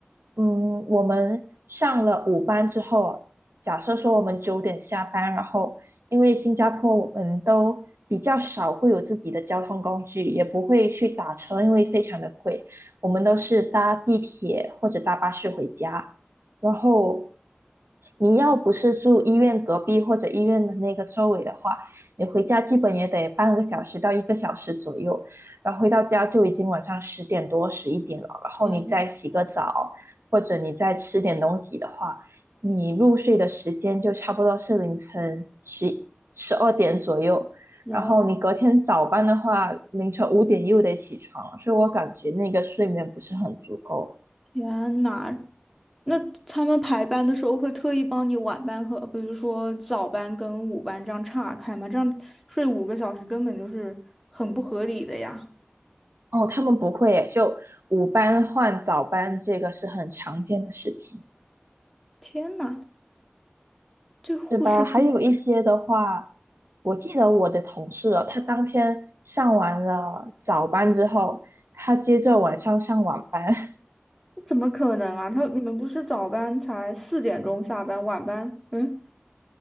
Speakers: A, on the right; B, in the centre.
A: 嗯，我们上了五班之后，假设说我们九点下班，然后因为新加坡我们都比较少会有自己的交通工具，也不会去打车，因为非常的贵，我们都是搭地铁或者搭巴士回家。然后你要不是住医院隔壁或者医院的那个周围的话，你回家基本也得半个小时到一个小时左右，然后回到家就已经晚上十点多、十一点了，然后你再洗个澡，
B: 天
A: 或者你再吃点东西的话，你入睡的时间就差不多是凌晨十十二点左右。
B: 呐，
A: 然后你隔天早班的话，凌晨五点又得起床，所以我感觉那个睡眠不是很足够。
B: 天呐，那他们排班的时候会特意帮你晚班和，比如说早班跟午班这样岔开吗？这样睡五个小时根本就是很不合理的呀！
A: 哦，他们不会耶就午班换早班，这个是很常见的事情，
B: 天呐，这护士。
A: 是吧？还有一些的话，我记得我的同事哦，他当天上完了早班之后，他接着晚上上晚班，<laughs>
B: 怎么可能啊？他你们不是早班才四点钟下班，晚班？嗯，